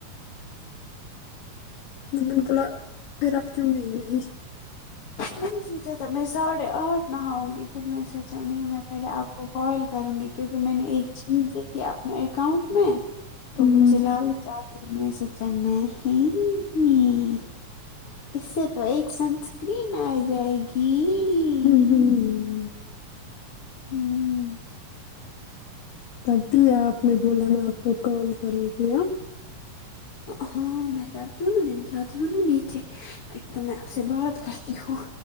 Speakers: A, on the left; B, on the left.
A: تو میں نے بولا پھر اب کیوں نہیں گی
B: میں نے سوچا تھا میں ساڑھے آٹھ نہاؤں گی پھر میں نے سوچا نہیں میں پہلے آپ کو کال کروں گی کیونکہ میں نے ایک چیز دیکھی اپنے اکاؤنٹ میں تو
A: ہوں
B: م چ لال چا کے میں نے سونچا نہیییی اس سے تو ایک سنسکرین آجائے گی
A: ہوں ہوں
B: ہمم
A: تب بھی آپ نے بولا میں آپ کو کال کروں گی آ
B: ہاں میں کرتی ہوں نا میں جانتی ہوں نا نیچے ایک تو میں سے بات کرتی ہوں